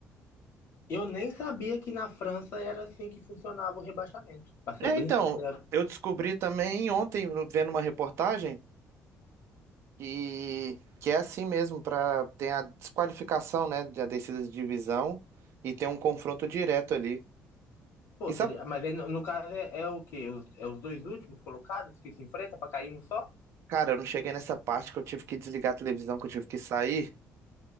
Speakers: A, on the left (about 65°); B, on the right (about 60°).
A: Eu nem sabia que na França era assim que funcionava o rebaixamento, pra ser
B: É,
A: bem
B: então,
A: sincero.
B: eu descobri também ontem, vendo uma reportagem. E que é assim mesmo, para tem a desqualificação, né, da descida de divisão e tem um confronto direto ali.
A: Pô,
B: E
A: seria...
B: sabe,
A: Mas aí, no, no caso é, é o quê? Os, é os dois últimos colocados que se enfrentam pra cair um só?
B: cara, eu não cheguei nessa parte que eu tive que desligar a televisão, que eu tive que sair,